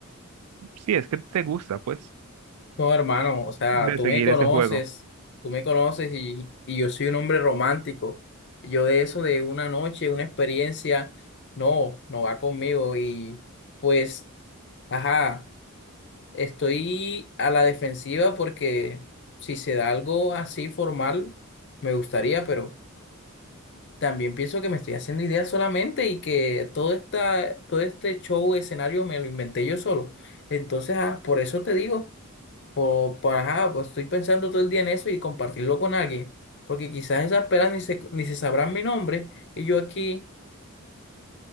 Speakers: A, on the right; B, on the left.
A: si es que te gusta, pues,
B: No, hermano, o sea,
A: de
B: tú
A: seguir
B: me conoces,
A: ese juego.
B: tú me conoces y, y yo soy un hombre romántico. Yo de eso, de una noche, una experiencia, no, no va conmigo. Y pues, ajá, estoy a la defensiva porque si se da algo así formal, me gustaría, pero también pienso que me estoy haciendo ideas solamente y que todo esta, todo este show, escenario, me lo inventé yo solo. Entonces, ah, por eso te digo. Por, por- ajá, pues estoy pensando todo el día en eso y compartirlo con alguien, porque quizás esas pelas ni se, ni se sabrán mi nombre y yo aquí,